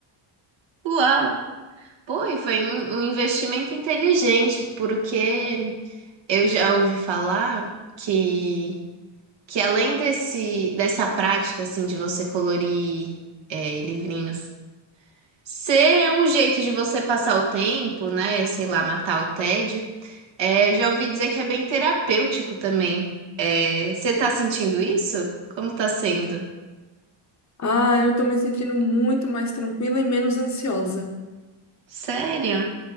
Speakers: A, on the right; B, on the left.
A: Uau! Pô, e foi um, um investimento inteligente, porque eu já ouvi falar que, que além desse, dessa prática assim, de você colorir é, livrinhos Ser um jeito de você passar o tempo, né? Sei lá, matar o tédio. É, eu já ouvi dizer que é bem terapêutico também. É, você tá sentindo isso? Como tá sendo?
B: Ah, eu tô me sentindo muito mais tranquila e menos ansiosa.
A: Sério?